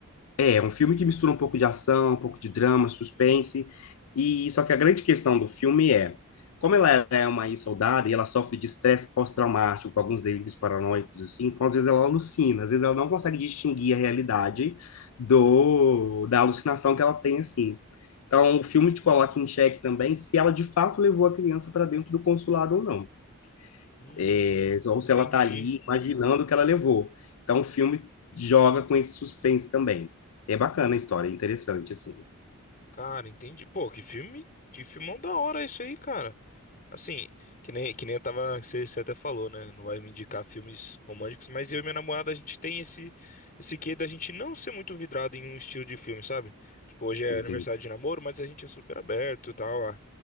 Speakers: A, on the left; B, on the left.
A: é um filme que mistura um pouco de ação, um pouco de drama, suspense, e só que a grande questão do filme é, como ela é uma ex-soldada e ela sofre de estresse pós-traumático, com alguns delírios paranoicos, assim, então às vezes ela alucina, às vezes ela não consegue distinguir a realidade do da alucinação que ela tem, assim. Então o filme te coloca em xeque também se ela de fato levou a criança para dentro do consulado ou não
B: Hum,
A: é, ou se
B: entendi.
A: ela está ali imaginando o que ela levou. Então, o filme joga com esse suspense também. É bacana a história, é interessante, assim.
B: Cara, entendi. Pô, que filme, que filmão da hora isso aí, cara. Assim, que nem, que nem eu tava, você, você até falou, né? Não vai me indicar filmes românticos, mas eu e minha namorada, a gente tem esse, esse quê da gente não ser muito vidrado em um estilo de filme, sabe? Tipo, hoje é
A: Entendi.
B: aniversário de namoro, mas a gente é super aberto e tal, a,